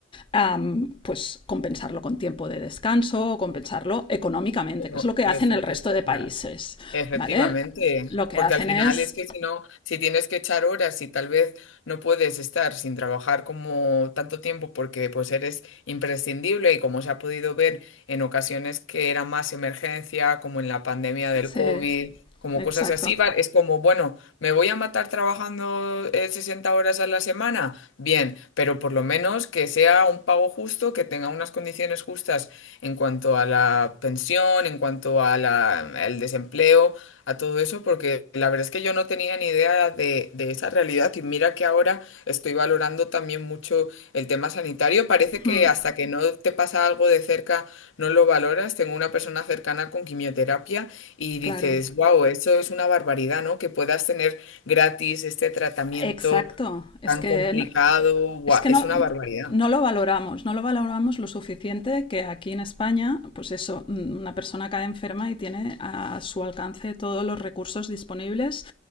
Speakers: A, on the left; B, on the left.
A: am, pues compensarlo con tiempo de descanso, compensarlo económicamente,
B: No,
A: que es lo que hacen
B: efecti-
A: el resto de países.
B: ya, efectivamente,
A: ¿Vale? Lo que
B: porque
A: hacen
B: al final
A: es...
B: es que si no, si tienes que echar horas y tal vez no puedes estar sin trabajar como tanto tiempo porque pues eres imprescindible y como se ha podido ver en ocasiones que era más emergencia, como en la pandemia del
A: Sí,
B: COVID, como
A: exacto.
B: cosas así, va- es como, bueno, me voy a matar trabajando eh, 60 horas a la semana, bien, pero por lo menos que sea un pago justo, que tenga unas condiciones justas en cuanto a la pensión, en cuanto a la, al desempleo, a todo eso, porque la verdad es que yo no tenía ni idea de, de esa realidad y mira que ahora estoy valorando también mucho el tema sanitario. Parece que
A: Mm,
B: hasta que no te pasa algo de cerca no lo valoras. Tengo una persona cercana con quimioterapia y dices,
A: claro.
B: wow, eso es una barbaridad, ¿no? Que puedas tener gratis este tratamiento
A: Exacto. Es
B: tan
A: que,
B: complicado,
A: no-
B: guau,
A: es que
B: es
A: no,
B: una barbaridad.
A: no lo valoramos, no lo valoramos lo suficiente que aquí en España, pues eso, mm, una persona cae enferma y tiene a su alcance todos los recursos disponibles